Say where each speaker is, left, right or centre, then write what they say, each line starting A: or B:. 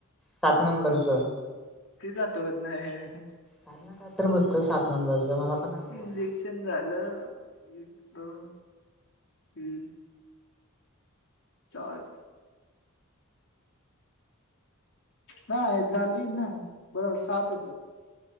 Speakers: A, in the centre; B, on the left.
A: सात नंबरच.
B: तेच आठवत नाही
A: काय ना काय तर बघतो सात नंबर ज मला पण आठव
B: इंजेक्शन
A: ना
B: झालं. एक, दोन. हम्म. चार. नाय झाली नाय बरोबर साहाच होते.